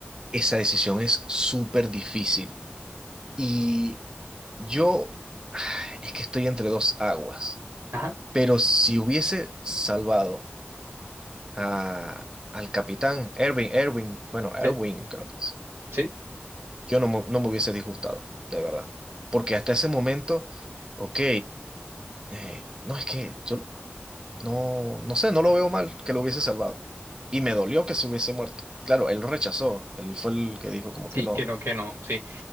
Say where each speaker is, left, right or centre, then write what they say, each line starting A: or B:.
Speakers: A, on the right; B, on the right.
A: Esa decisión es súper difícil. Y yo <sighs> es que estoy entre dos aguas.
B: Ajá,
A: Pero si hubiese salvado a, al capitán Erwin, Erwin, bueno, Erwin,
B: sí,
A: creo que es.
B: sí,
A: yo no me, no me hubiese disgustado, de verdad. Porque hasta ese momento, ok, eh, no es que yo no, no sé, no lo veo mal que lo hubiese salvado. Y me dolió que se hubiese muerto. Claro, él lo rechazó, él fue el que dijo como
B: sí,
A: que no,
B: que no, que no, sí.